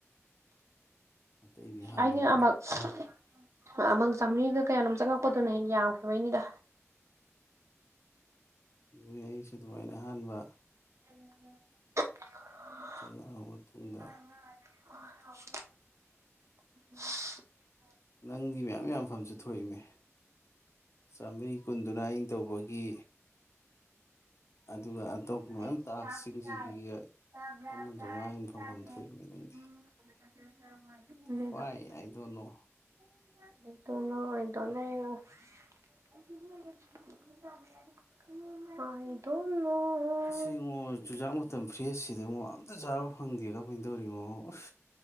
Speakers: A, on the left (about 65°); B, on the right (about 70°).
A: ꯑꯇꯩꯗꯤ ꯍꯥꯟꯅꯒꯤꯅꯤ
B: <unintelligible> ꯑꯃ ꯆꯥꯃꯔꯤꯒ ꯀꯌꯥꯅꯣꯝ ꯆꯪꯉꯛꯄꯗꯨꯅ ꯍꯦ ꯌꯥꯝꯈꯤꯕꯩꯅꯤꯗ
A: ꯑꯗꯨꯅꯤ ꯑꯩꯁꯨ ꯑꯗꯨꯃꯥꯏꯅ ꯑꯍꯥꯟꯕ
B: <unintelligible>
A: ꯆꯪꯉꯛꯑꯕ ꯃꯇꯨꯡꯗ
B: <unintelligible>
A: ꯅꯪꯒꯤ ꯃꯌꯥꯝ ꯌꯥꯝꯐꯝꯁꯨ ꯊꯣꯛꯏꯃꯦ ꯆꯥꯝꯃꯔꯤ ꯀꯨꯟꯗꯨꯅ ꯑꯩꯅ ꯇꯧꯕꯒꯤ ꯑꯗꯨꯒ ꯑꯇꯣꯞꯄ
B: <unintelligible>
A: ꯃꯌꯥꯝ ꯇꯥꯛꯁꯁꯤꯡꯁꯤꯒꯤꯒ ꯑꯃ ꯆꯥꯝꯃꯉꯥ ꯍꯦꯟꯅ ꯐꯪꯐꯝ ꯊꯣꯛꯏꯃꯤ
B: <unintelligible>
A: ꯅꯪꯗꯤ ꯍ꯭ꯋꯥꯏ ꯑꯥꯏ ꯗꯣꯟ ꯅꯣ
B: <unintelligible> <unintelligible>
A: ꯁꯤ ꯑꯃꯣ ꯆꯨꯖꯥꯛ ꯃꯇꯝ ꯐ꯭ꯔꯦꯁꯁꯤꯗ ꯑꯃꯨꯛ ꯑꯝꯇ ꯆꯥꯕ ꯐꯪꯗꯦ ꯀꯃꯥꯏꯅ ꯇꯧꯔꯤꯅꯣ